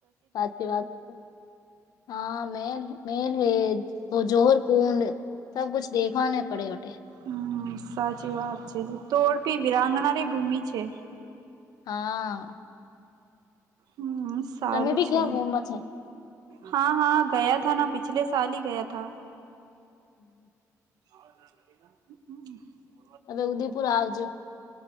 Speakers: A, on the left (about 75°); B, on the right (about 80°).
A: સાચી વાત છે હા મે- મેન હે વ જોહર કુંડ સબ કુછ દેખવા ને પડે વઠટે
B: હમ સાચી વાત છે તોડપી વિરાંગનારી ભૂમિ છે
A: હા
B: હમ સારું
A: તમે બી
B: છે
A: ક્યાં ગુમવા છે
B: હા હા ગયા થ ના પિછલે સલ હ ગયા થા
A: હમ
B: હમ
A: હવે ઉદેપુર આવજો